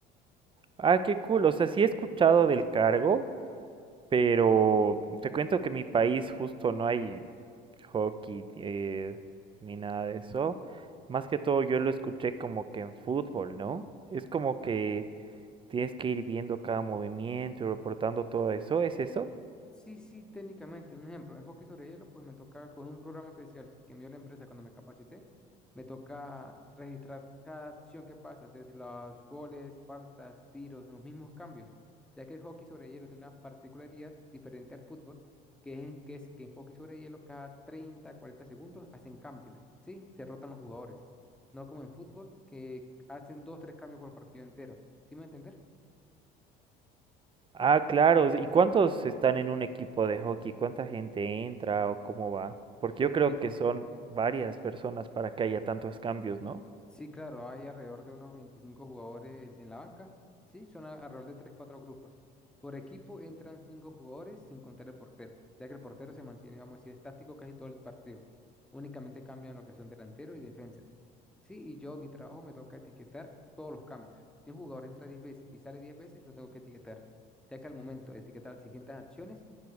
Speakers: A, on the right; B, in the centre.
A: Ah, qué cool. O sea, sí he escuchado del cargo, pero te cuento que en mi país justo no hay hockey eh, ni nada de eso. Más que todo yo lo escuché como que en fútbol, ¿no? Es como que tienes que ir viendo cada movimiento y reportando todo eso. ¿Es eso?
B: Sí, sí, técnicamente. Un ejemplo, en hockey sobre hielo, pues me toca con un programa especial que me dio la empresa cuando me capacité. Me toca registrar cada acción que pasa, desde los goles, faltas, tiros, los mismos cambios, ya que el hockey sobre hielo tiene una particularidad diferente al fútbol, que es, en- que es que en hockey sobre hielo cada 30, 40 segundos hacen cambios, ¿sí? Se rotan los jugadores. No como en fútbol, que hacen dos, tres cambios por partido entero. ¿Sí me entender?
A: Ah, claro. ¿Y cuántos están en un equipo de hockey? ¿Cuánta gente entra o cómo va? Porque
B: Te
A: yo
B: explico.
A: creo que son varias personas para que haya tantos cambios, ¿no?
B: Sí, claro, hay alrededor de unos 25 jugadores en la banca. Sí, son a- alrededor de tres cuatro grupos. Por equipo entran 5 jugadores sin contar el portero, ya que el portero se mantiene, vamos a decir, estático casi todo el partido. Únicamente cambian lo que son delantero y defensas. Sí, y yo, mi trabajo me toca etiquetar todos los cambios. Si un jugador entra 10 veces y sale 10 veces, lo tengo que etiquetar, ya que al momento de etiquetar las siguientes acciones,